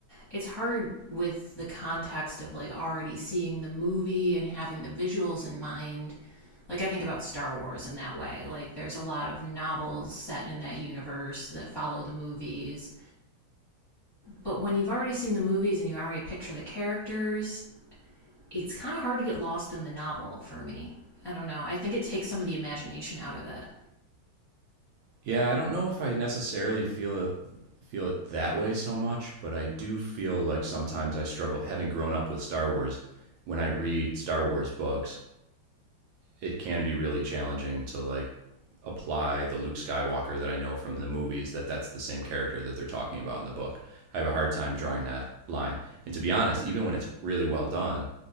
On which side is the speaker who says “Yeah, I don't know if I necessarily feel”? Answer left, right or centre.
Right